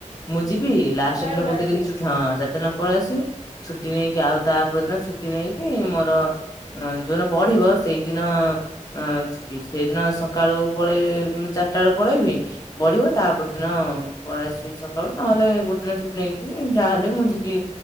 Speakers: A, on the right; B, on the left.
A: ହୁଁ
B: ମୁଁ ଯିବି
A: ଚାରିଟା
B: ଲାଷ୍ଟ
A: ବେଳେ
B: ଦିନ
A: ପଳେଇ
B: ଗୋଟେ
A: ଆସିବୁ
B: ଦିନ ଛୁଟି ହଁ ଚାରି ଦିନ ପଳେଇ ଆସିବି। ଛୁଟି ନେଇକି ଆଉ ତା ପରଦିନ ଛୁଟି ନେଇକି ମୋର ଯୋଉ ଦିନ ବଢିବ ସେଇଦିନ ଅଁ ଯିବି ସେଇଦିନ ସକାଳୁ ପଳେଇ ଚାରିଟା ବେଳୁ ପଳେଇବି ବଢିବ ତାପରେ ଦିନ ପଳେଇ ଆସିବି ସକାଳୁ ନହେଲେ ଗୋଟେ ଦିନ ଚୁଟିନେଇକି ଯିବି ଯାହାହେଲେ ମୁଁ ଯିବି‌।